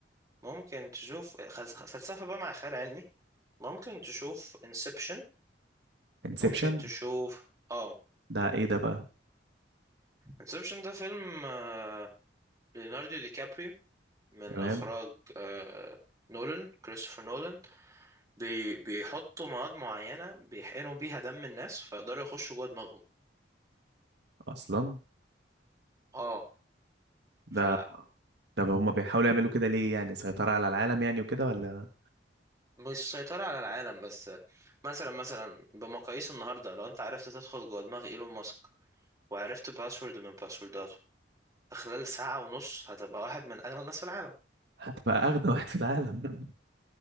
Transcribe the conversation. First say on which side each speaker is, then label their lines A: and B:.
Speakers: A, on the right; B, on the right.
A: ممكن تشوف خلس- فلسفة بقى مع خيال علمي ممكن تشوف انسبشن
B: انسبشن
A: ممكن تشوف اه
B: ده ايه ده بقى
A: انسبشن ده فيلم آه، ليوناردو دي كابريو من
B: تمام
A: إخراج آه، نولان كريستوفر نولان بي بيحطوا مواد معينة بيحقنوا بيها دم الناس فيقدروا يخشوا جوه دماغهم
B: اصلا
A: اه
B: ده
A: ف آه،
B: طب هما بيحاولوا يعملوا كده ليه يعني سيطرة على العالم يعني وكده ولا
A: مش سيطرة على العالم بس مثلا مثلا بمقاييس النهاردة لو انت عرفت تدخل جوه دماغ ايلون ماسك وعرفت باسورد من باسورداته خلال ساعة ونص هتبقى واحد من أغنى الناس في العالم
B: هتبقى اغنى <laughs> واحد في العالم